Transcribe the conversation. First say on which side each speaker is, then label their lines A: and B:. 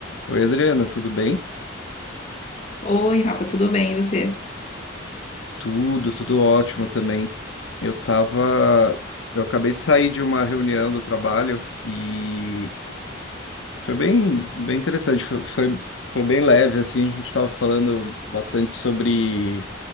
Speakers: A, on the left; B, on the left.
A: Oi, Adriana, tudo bem?
B: Oi, Rafa, tudo bem? E você?
A: Tudo, tudo ótimo também. Eu tava, eu acabei de sair de uma reunião do trabalho e foi bem, bem interessante, foi, foi, foi bem leve assim, a gente tava falando bastante sobre